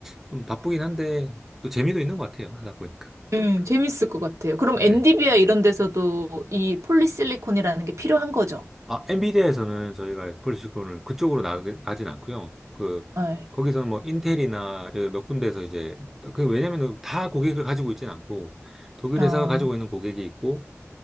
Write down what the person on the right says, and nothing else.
네, 재밌을 것 같아요. 그럼
엔디비아 이런 데서도 이 폴리실리콘이라는 게 필요한 거죠?
네.
아,